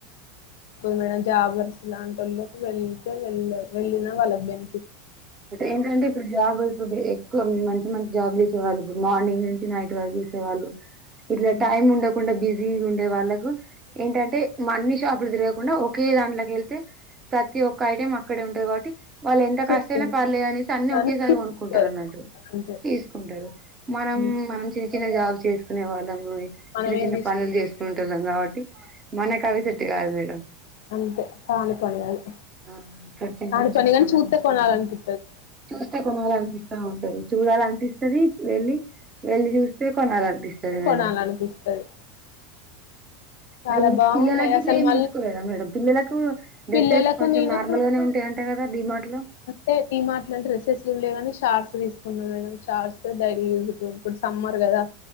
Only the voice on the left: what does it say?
మేడం జాబర్స్లా వెళ్లకు వెళ్తే వెళ్ళ వెళ్ళినా వాళ్ళకి బెని
హ్మ్.
చూసుకోవాలి.
కానీ
తీసుకోరు
అంతే.
హ్మ్.
మనమేం
తీసుకుంటాం
అంతే కాని పని ఆది
కాని
పని
కాని చూతే
కొనాలానిపి
కొనాలనిపిస్తది
చాలా
బాగున్నాయి
అసలు
మళ్ళీ
పిల్లలకు
నేను
టె డిమార్ట్ డ్రస్సెస్ లేవని షార్ట్స్ తీకున్నా మేడం షార్ట్స్ తో బయట తిరుగుతం ఇపుడ్ సమ్మర్ కదా కదా